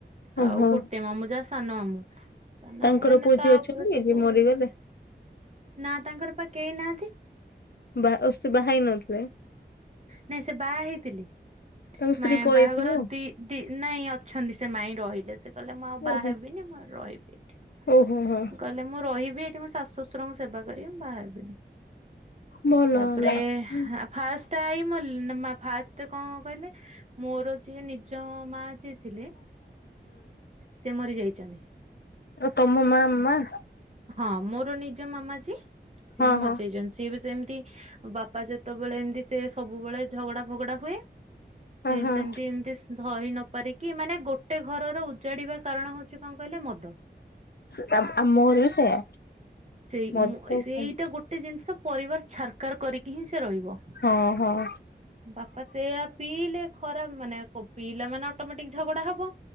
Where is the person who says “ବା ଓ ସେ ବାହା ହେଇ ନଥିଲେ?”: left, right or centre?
Left